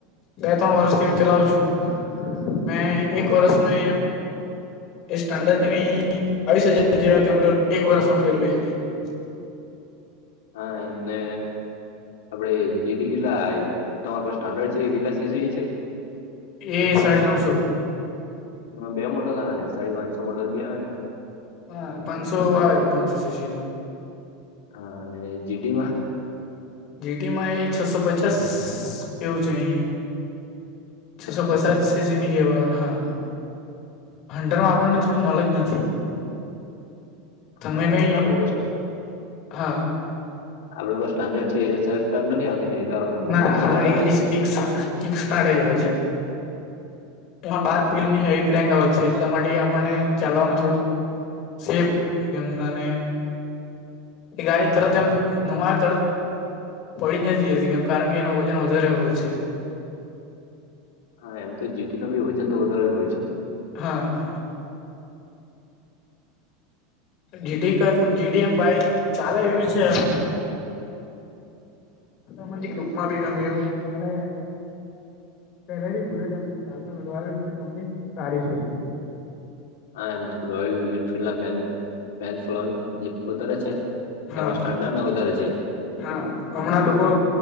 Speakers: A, on the left; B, on the left.
A: બે ત્રણ વર્ષથી ચલાવું છું. મે એક વર્ષ મે એ સ્ટાડાર્ડ ને મેં બાવીસ હજાર જેવા કિલોમીટર એક વર્ષમાં ફેરવી હકુ.
B: હા એમને આપડે જી ટી કેટલા, તમાર પા સ્ટાન્ડડ છે કેટલા સી સી છે?
A: એ સાડી ત્રણસો.
B: એમાં બે મોડલ આવે ને સાડી પાંચસો મોડલ બી આવેને?
A: હા પાંચસો આવે પાંચસો સી સી નું.
B: હા અને જી ટી માં?
A: જી ટી માં એ છસો પચાસ કેવું છે અહી. છસો
B: ને હન્ટર
A: પચાસ સી સીની એવા હા, હંન્ટરમાં આપણને થોડું નોલેજ નથી. તમે
B: હા અને
A: કઈ,
B: આપડે બસ
A: હા.
B: આ બધા સ્ટાન્ડર્ડ છે એ સેફ નથી આવતી ને એ? તો
A: ના
B: કિક
A: હા
B: સ્ટાર્ટ
A: એ
B: આવે
A: ઈ
B: છે ને
A: કીક સ્ટાર્ટ જ આવે છે. એમાં બાર કિ લોની હેવી ક્રેંગ હોય છે એટલા માટે આપણને ચાલવામાં થોડુંક સેફ એમ મને એ ગાડી તરત એમ નવાય તરત પડી જ નથી જતી કેમ કારણ કે એનું વજન વધારે હોય છે.
B: હા એમ તો જી ટી ના ભી વજન તો વધારે હોય છે.
A: હા. જી ટી કઈ પણ જી ટી એમ બાઈક ચાલે એવી છે.
B: <inaudible>
A: મજી લુકમાં બી ગમ્યું અને પેલે થી બુલેટ એમ ચાલતું <inaudible> કંપની સારી છે.
B: હા એમ રોયલ એનફિલ્ડ ના પેન પેનફલો એમ વધારે છે?
A: હા
B: તેમાં સ્ટાન્ડર્ડ ના વધારે છે.
A: હા હમણાં લોકો